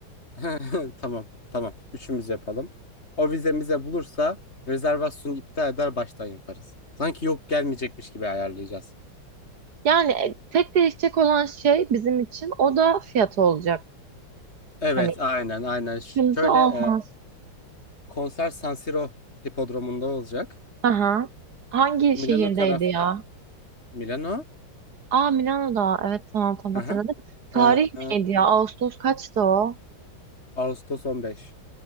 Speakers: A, on the left; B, on the right.
A: <laughs> Tamam tamam üçümüz yapalım. O vizemize bulursa rezervasyonu iptal eder baştan yaparız. Sanki yok gelmeyecekmiş gibi ayarlayacağız.
B: Yani e, tek değişecek olan şey bizim için o da fiyatı olacak.
A: Evet
B: Hani
A: aynen aynen. Ş-
B: sıkıntı
A: Şöyle
B: olmaz.
A: Konser San Siro hipodromunda olacak.
B: Aha. Hangi
A: Milano
B: şehirdeydi
A: taraf
B: ya?
A: Milano.
B: Aa Milano'da. Evet tamam tamam
A: Aha.
B: hatırladım. Tarih
A: Ee, e,
B: neydi ya? Ağustos kaçtı o?
A: Ağustos 15.